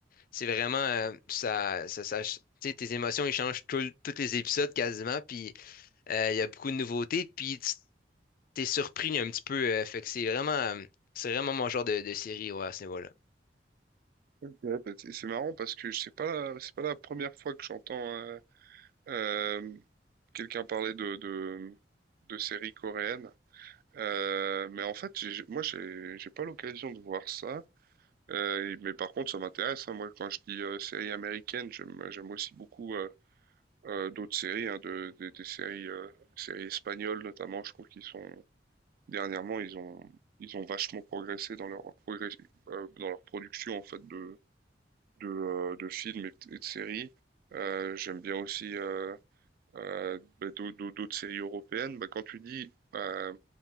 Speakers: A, on the left; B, on the right.
A: c'est vraiment, euh, ça, ça, ça- tu sais, tes émotions, ils changent tout le- tous les épisodes quasiment, puis euh, il y a beaucoup de nouveautés, puis tu t'es surpris un petit peu, euh, fait que c'est vraiment, euh, c'est vraiment mon genre de, de série, ouais, à ce niveau-là.
B: Ok. Bah, C'est c'est marrant parce que c'est pas, la- c'est pas la première fois que j'entends euh, euh, quelqu'un parler de, de, de séries coréennes. Euh, mais en fait, j'ai- moi, j'ai j'ai pas l'occasion de voir ça. Euh, et- mais par contre, ça m'intéresse. hein. Moi, quand je dis euh, séries américaines, j'aime j'aime aussi beaucoup. euh, euh, d'autres séries, hein, de, des, des séries, euh, séries espagnoles notamment. Je trouve qu'ils sont dernièrement, ils ont ils ont vachement progressé dans leur progrès, euh, dans leur production en fait de de, euh, de films et, de- et de séries. Euh, j'aime bien aussi euh, euh, bah, d'au- d'au- d'autres séries européennes. Bah, quand tu dis euh,